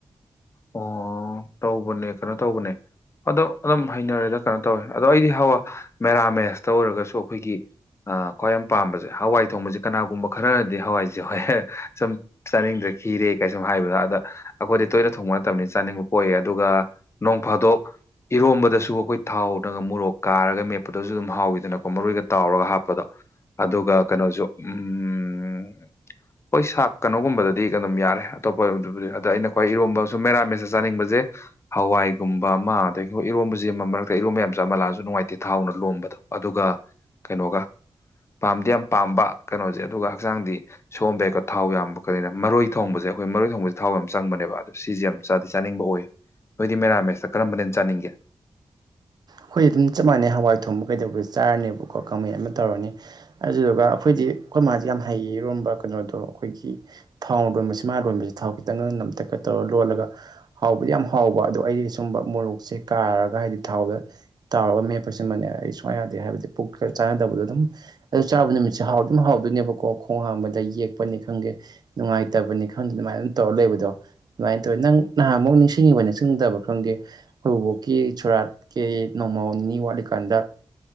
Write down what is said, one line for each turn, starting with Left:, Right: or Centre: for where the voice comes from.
Left: ꯑꯣ ꯇꯧꯕꯅꯦ ꯀꯩꯅꯣ ꯇꯧꯕꯅꯦ ꯑꯗꯣ ꯑꯗꯨꯝ ꯍꯩꯅꯔꯦꯗ ꯀꯩꯅꯣ ꯇꯧꯋꯦ ꯑꯗꯣ ꯑꯩꯗꯤ ꯍꯥꯎꯋꯥ ꯃꯦꯔꯥꯃꯦꯁꯇ ꯑꯣꯏꯔꯒꯁꯨ ꯑꯈꯣꯏꯒꯤ ꯑꯥ ꯈ꯭ꯋꯥꯏ ꯌꯥꯝ ꯄꯥꯝꯕꯖꯦ ꯍꯋꯥꯏ ꯊꯣꯡꯕꯖꯦ ꯀꯅꯥꯒꯨꯝꯕ ꯈꯔꯗꯤ ꯍꯋꯥꯏꯖꯦ ꯍꯣꯏ ꯁꯨꯝ ꯆꯥꯅꯤꯡꯗ꯭ꯔꯦ ꯈꯤꯔꯦ ꯀꯥꯏ ꯁꯨꯝ ꯍꯥꯏꯕꯗ ꯑꯗ ꯑꯈꯣꯏꯗꯤ ꯇꯣꯏꯅ ꯊꯣꯡꯕ ꯅꯠꯇꯝꯅꯤꯅ ꯆꯥꯅꯤꯡꯕ ꯄꯣꯛꯏ ꯑꯗꯨꯒ ꯅꯣꯡ ꯐꯥꯗꯣꯛ ꯏꯔꯣꯝꯕꯗꯁꯨ ꯑꯈꯣꯏ ꯊꯥꯎꯅꯒ ꯃꯣꯔꯣꯛ ꯀꯥꯔꯒ ꯃꯦꯞꯄꯗꯨꯖꯨ ꯑꯗꯨꯝ ꯍꯥꯎꯋꯤꯗꯅꯀꯣ ꯃꯔꯣꯏꯒ ꯇꯥꯎꯔꯒ ꯍꯥꯞꯄꯗꯣ ꯑꯗꯨꯒ ꯀꯅꯣꯖꯨ ꯎꯝ ꯍꯣꯏ ꯁꯥꯛ ꯀꯅꯣꯒꯨꯝꯕꯗꯗꯤ ꯑꯗꯨꯝ ꯌꯥꯔꯦ ꯑꯇꯣꯞꯄꯗꯨꯕꯨꯗꯤ ꯑꯗ ꯑꯩꯅ ꯈ꯭ꯋꯥꯏ ꯏꯔꯣꯝꯕ ꯁꯨꯝ ꯃꯦꯔꯥ ꯃꯦꯁꯇ ꯆꯥꯅꯤꯡꯕꯖꯦ ꯍꯋꯥꯏꯒꯨꯝꯕ ꯑꯃ ꯑꯗꯒꯤ ꯍꯣꯏ ꯏꯔꯣꯝꯕꯖꯦ ꯑꯃ ꯃꯔꯛꯇ ꯏꯔꯣꯝꯕ ꯌꯥꯝ ꯆꯥꯃꯍꯜꯂꯑꯖꯨ ꯅꯨꯡꯉꯥꯏꯇꯦ ꯊꯥꯎꯅ ꯂꯣꯝꯕꯗꯣ ꯑꯗꯨꯒ ꯀꯩꯅꯣꯒ ꯄꯥꯝꯗꯤ ꯌꯥꯝ ꯄꯥꯝꯕ ꯀꯩꯅꯣꯖꯦ ꯑꯗꯨꯒ ꯍꯛꯆꯥꯡꯗꯤ ꯁꯣꯝꯕ ꯌꯥꯩꯀꯣ ꯊꯥꯎ ꯌꯥꯝꯕ ꯀꯅ ꯃꯔꯣꯏ ꯊꯣꯡꯕꯁꯦ ꯑꯩꯈꯣꯏ ꯃꯔꯣꯏ ꯊꯣꯡꯕꯁꯦ ꯊꯥꯎ ꯌꯥꯝꯅ ꯆꯪꯕꯅꯦꯕ ꯁꯤꯖꯤ ꯌꯥꯝ ꯆꯥꯗꯤ ꯆꯥꯅꯤꯡꯕ ꯑꯣꯏ ꯅꯣꯏꯗꯤ ꯃꯦꯔꯥꯃꯦꯁꯇ ꯀꯔꯝꯕꯅ ꯍꯦꯟ ꯆꯥꯅꯤꯡꯒꯦ
Right: ꯈꯣꯏ ꯑꯗꯨꯝ ꯆꯞ ꯃꯥꯟꯅꯩ ꯍꯋꯥꯏ ꯊꯣꯡꯕ ꯀꯩꯗꯧꯕ ꯆꯥꯔꯅꯦꯕꯀꯣ ꯀꯥꯡꯃꯦꯠ ꯑꯃ ꯇꯧꯔꯅꯤ ꯑꯗꯨꯗꯨꯒ ꯑꯈꯣꯏꯗꯤ ꯈꯣꯏ ꯃꯥꯖꯦ ꯌꯥꯝ ꯍꯩ ꯏꯔꯣꯝꯕ ꯀꯩꯅꯣꯗꯣ ꯑꯈꯣꯏꯒꯤ ꯊꯥꯎꯅ ꯂꯣꯟꯕꯁꯤ ꯃꯥꯅ ꯂꯣꯟꯕꯁꯤ ꯊꯥꯎ ꯈꯤꯇꯪꯒ ꯅꯝꯇꯛꯀ ꯇꯧꯔ ꯂꯣꯜꯂꯒ ꯍꯥꯎꯕꯗꯤ ꯌꯥꯝ ꯍꯥꯎꯕ ꯑꯗꯣ ꯑꯩꯗꯤ ꯁꯨꯝꯕ ꯃꯣꯔꯣꯛꯁꯦ ꯀꯥꯔꯒ ꯍꯥꯏꯗꯤ ꯊꯥꯎꯗ ꯇꯥꯎꯔꯒ ꯃꯦꯞꯄꯁꯤꯟꯕꯅꯦ ꯑꯩ ꯁꯨꯌꯥ ꯌꯥꯗꯦ ꯍꯥꯏꯕꯗꯤ ꯄꯨꯛꯀ ꯆꯥꯟꯅꯗꯕꯗꯣ ꯑꯗꯨꯝ ꯑꯗꯨ ꯆꯥꯔꯨꯕ ꯅꯨꯃꯤꯠꯁꯦ ꯍꯥꯎꯗꯤꯝ ꯍꯥꯎꯗꯣꯏꯅꯦꯕꯀꯣ ꯈꯣꯡ ꯍꯥꯝꯕꯗ ꯌꯦꯛꯄꯅꯤ ꯈꯪꯗꯦ ꯅꯨꯡꯉꯥꯏꯇꯕꯅꯤ ꯈꯪꯗꯦ ꯑꯗꯨꯃꯥꯏꯅ ꯑꯗꯨꯝ ꯇꯧꯔ ꯂꯩꯕꯗꯣ ꯑꯗꯨꯃꯥꯏꯅ ꯇꯧꯋꯤ ꯅꯪ ꯅꯍꯥꯟꯃꯨꯛ ꯅꯤꯡꯁꯤꯡꯉꯤꯕ ꯅꯤꯡꯁꯤꯡꯗꯕ ꯈꯪꯗꯦ ꯈꯣꯏ ꯕꯨꯕꯣꯛꯀꯤ ꯁꯣꯔꯥꯠ ꯀꯦ ꯅꯣꯡꯃ ꯅꯤꯅꯤ ꯋꯥꯠꯂꯤꯀꯥꯟꯗ